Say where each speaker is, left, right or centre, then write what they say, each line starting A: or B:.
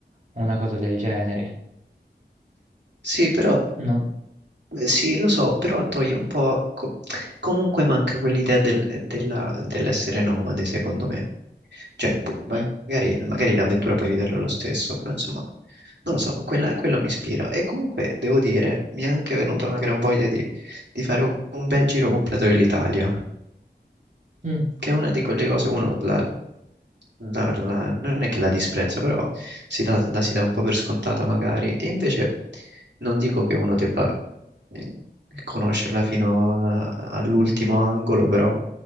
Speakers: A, on the right (about 45°); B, on the right (about 80°).
A: una cosa del genere.
B: sì, però,
A: Non...
B: eh, sì, lo so, però toglie un po'... co- comunque manca quell'idea del- eh, della- dell'essere nomade, secondo me. Cioè, pu- magari,
A: Mm,
B: magari l'avventura puoi viverla lo stesso, però insomma, non lo so, quella, quello mi ispira. E comunque, devo dire, mi è anche venuta una gran voglia di, di fare un bel giro completo dell'Italia.
A: mm,
B: che è una di quelle cose uno la- la- la- non è che la disprezza, però si dà, la si dà un po' per scontata magari, e invece non dico che uno debba eh, conoscerla fino a- all'ultimo angolo, però,